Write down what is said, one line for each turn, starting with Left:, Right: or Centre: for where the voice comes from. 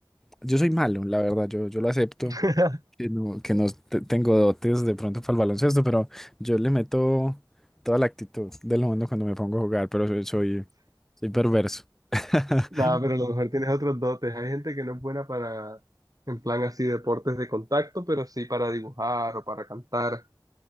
Centre: yo soy malo, la verdad. Yo, yo lo acepto,
Right: <laughs>
Centre: que no, que no te- tengo dotes de pronto para el baloncesto, pero yo le meto toda la actitud del mundo cuando me pongo a jugar, pero soy, soy, soy perverso. <laughs>
Right: Nada, pero a lo mejor tienes otros dotes. Hay gente que no es buena para, en plan así, deportes de contacto, pero sí para dibujar o para cantar.